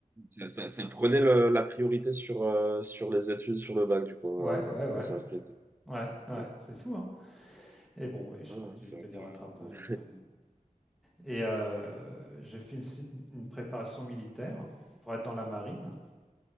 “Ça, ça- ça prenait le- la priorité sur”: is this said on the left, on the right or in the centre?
Right